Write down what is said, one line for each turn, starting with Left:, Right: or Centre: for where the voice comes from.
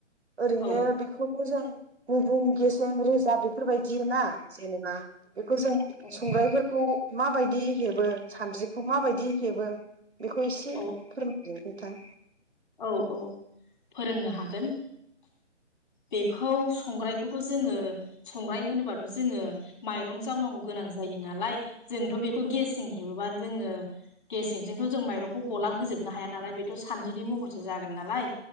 Right: ओरैनो
Left: औ
Right: बेखौथ' जों गुबुं गसेें रोजा बे फोरबायदि ना जेनेबा बेफोरजों
Left: औ
Right: संग्रायफोरखौ माबायदि हेबो सानद्रिखौ माबायदि हेबो बेखौ एसे
Left: औ
Right: फोरमादो नोंथां
Left: औ औ फोरोंनो हागोन बेखौ संग्रायखौथ' जोङो संग्राय होनोबाथ' जोङो माइरं जावनांगौ गोनां जायो नालाय जोथ' बेखौ गेसें हेबोबा जोङो गेसेंजोंथ' गलां होजोबनो हाया नालाय बेथ' सानद्रिनि महरसो जागोन नालाय